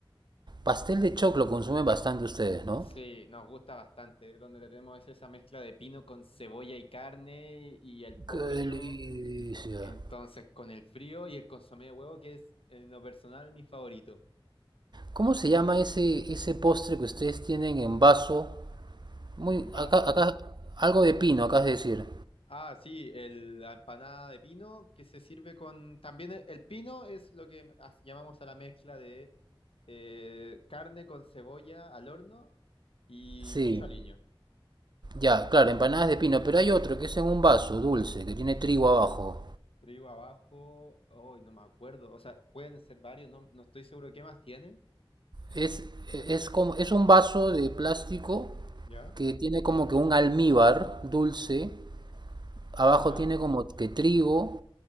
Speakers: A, on the right; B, on the left.
A: Pastel de choclo consumen bastante ustedes, ¿no?
B: Sí, nos gusta bastante. Donde tenemos es esa mezcla de pino con cebolla y carne y el pollo.
A: ¡Qué delicia!
B: Entonces, con el frío y el consomé de huevo, que es en lo personal mi favorito.
A: ¿Cómo se llama ese, ese postre que ustedes tienen en vaso? Muy,
B: En vaso.
A: acá, acá, algo de pino, acá es decir.
B: Ah, sí, el- la empanada de pino que se sirve con... También el, el pino es lo que as- llamamos a la mezcla de eh, carne con cebolla al horno y
A: Sí,
B: mucho aliño.
A: ya, claro, empanadas de pino, pero hay otro que es en un vaso dulce, que tiene trigo abajo.
B: Trigo abajo, hoy no me acuerdo, o sea, pueden ser varios, no, no estoy seguro qué más tiene.
A: Es, es como, es un vaso de plástico
B: ¿Ya?
A: que tiene como que un almíbar dulce Abajo
B: ¿Ya?
A: tiene como que trigo